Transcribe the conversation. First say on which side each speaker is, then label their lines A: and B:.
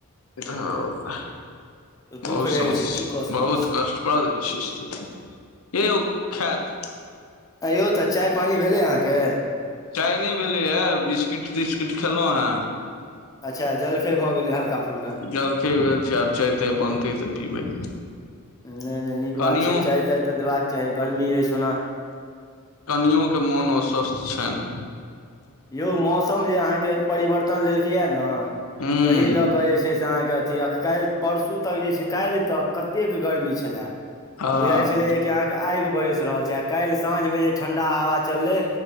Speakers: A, on the left; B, on the left.
A: ह
B: अइ
A: बहुत
B: दुःख रहै
A: समस
B: छै की कऽ सकै
A: बहुत
B: छी
A: कष्टप्रद होए छै स्थिति ए ओ खेत
B: अयौ तऽ चाय पानी भेले अहाँकेँ
A: चाय नहि भेलै हे बिस्किट तिस्किट खेलहु हूँ
B: अच्छा जलखै भऽ गेलै हल्का फुलका।
A: जलखे भेल छै आब चाय ताय बनतै तऽ पीबै।
B: नहि नहि नीक
A: कनियो
B: बात छै चाय ताय तऽ देबाक चाही गर्मी अछि ओना।
A: कनियो के मोन अस्वस्थ छनि।
B: यौ मौसम जे अहाँकेँ परिवर्तन लेलकै यए ने
A: हँ।
B: एय लऽ कऽ जे छै से अहाँकेँ अथी काल्हि परसू तक जे छै काल्हि तक कतेक गर्मी छलै
A: हँ
B: बुझाइत छलै जेक अहाँकेँ आगि बरसि रहल छै आ काल्हि साँझमे जे ठण्डा हवा चललै